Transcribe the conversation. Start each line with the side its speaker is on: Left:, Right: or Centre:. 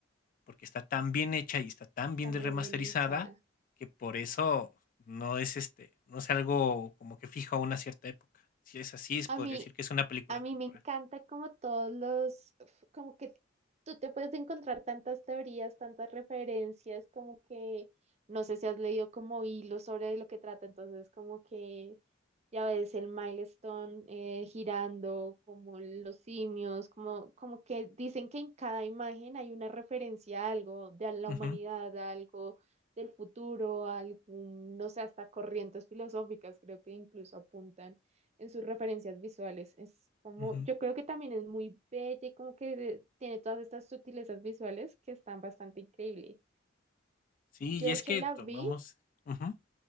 Left: porque está tan bien hecha y está tan bien
Right: Está
Left: remasterizada
Right: muy bien hecha.
Left: que por eso no es este, no es algo como que fijo a una cierta época. Si es así, es-
Right: A
Left: podría
Right: mí,
Left: decir que es una película
Right: A mí
Left: temporal.
Right: me encanta como todos los, uf, como que tú te puedes encontrar tantas teorías, tantas referencias, como que no sé si has leído como hilos sobre lo que trata, entonces como que ya ves el milestone eh, girando, como los simios, como, como que dicen que en cada imagen hay una referencia a algo, de a la
Left: Ujú,
Right: humanidad, a algo del futuro, a algún, no sé, hasta corrientes filosóficas, creo que incluso apuntan en sus referencias visuales. Es como,
Left: ujú.
Right: yo creo que también es muy bella y como que de- tiene todas estas sutilezas visuales que están bastante increíbles.
Left: Sí,
Right: Yo
Left: y
Right: de
Left: es
Right: hecho
Left: que
Right: la
Left: tomamos.
Right: vi,
Left: ujú,